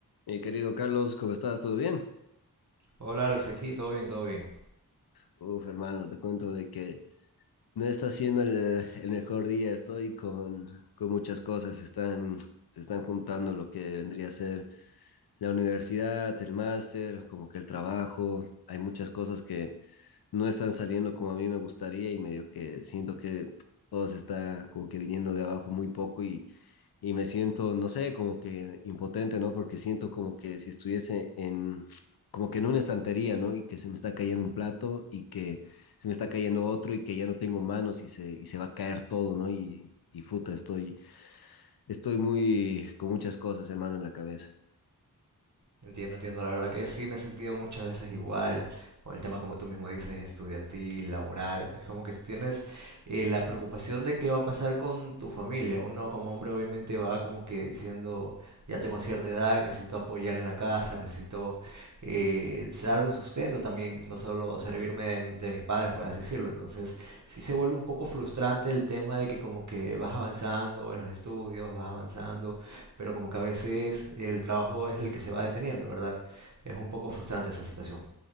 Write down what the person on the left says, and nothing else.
Mi querido Carlos, ¿cómo estás? ¿Todo bien?
Uf, hermano, te cuento de que no está siendo el, el mejor día. Estoy con, con muchas cosas. Están, se están juntando lo que vendría a ser la universidad, el máster, como que el trabajo. Hay muchas cosas que no están saliendo como a mí me gustaría y medio que siento que todo se está como que viniendo de abajo muy poco y y me siento, no sé, como que impotente, ¿no? Porque siento como que si estuviese en, como que en una estantería, ¿no? Y que se me está cayendo un plato y que se me está cayendo otro y que ya no tengo manos y se, y se va a caer todo, ¿no? Y, y puta, estoy, estoy muy, con muchas cosas, hermano, en la cabeza.